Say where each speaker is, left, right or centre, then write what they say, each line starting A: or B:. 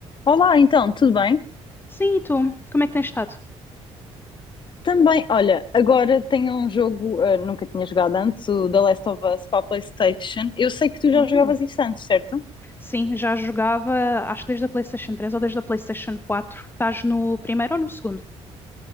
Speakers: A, on the left (about 45°); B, on the left (about 20°).
A: Olá, então, tudo bem?
B: Sim, e tu? Como é que tens estado?
A: Também, olha, agora tenho um jogo, eh, nunca tinha jogado antes, o The Last of Us para a PlayStation. Eu sei que tu
B: Hum.
A: já jogavas isso antes, certo?
B: Sim, já jogava, acho que desde a PlayStation três ou desde a PlayStation quatro. Estás no primeiro ou no segundo?